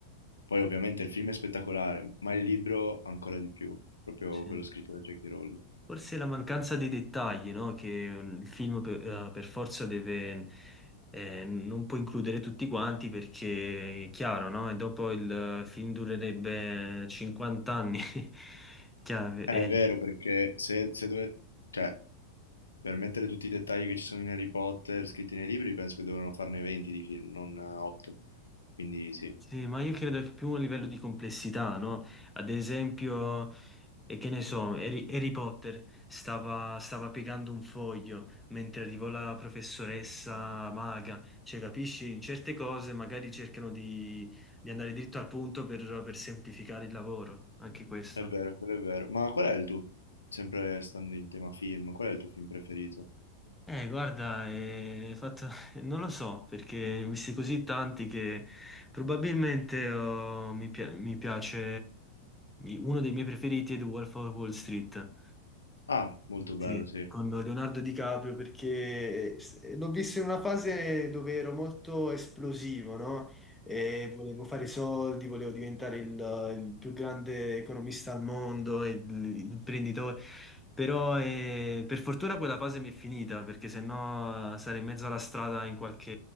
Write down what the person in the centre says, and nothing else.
sì.
Forse la mancanza dei dettagli, no? Che mm, il film per, eh, per forza deve, eh, non può includere tutti quanti perché è chiaro, no? E dopo il film durerebbe 50 anni. <laughs> Chiaro,
eh,
sì, ma io credo che più a livello di complessità, no? Ad esempio. E che ne so, Harry, Harry Potter stava, stava piegando un foglio mentre arrivò la professoressa maga. Cioè, capisci? In certe cose magari cercano di, di andare dritto al punto per, per semplificare il lavoro, anche questo.
Eh, guarda, eh, fatto- <laughs> non lo so, perché ne ho visti così tanti che probabilmente oh, mi, pi- mi piace... Uno dei miei preferiti è The Wolf of Wall Street.
Sì,
con Leonardo DiCaprio perché s- L'ho visto in una fase dove ero molto esplosivo, no? E volevo fare i soldi, volevo diventare il, il più grande economista al mondo, il, il imprenditore. Però eh, per fortuna quella fase mi è finita, perché sennò eh, sarei in mezzo alla strada in qualche,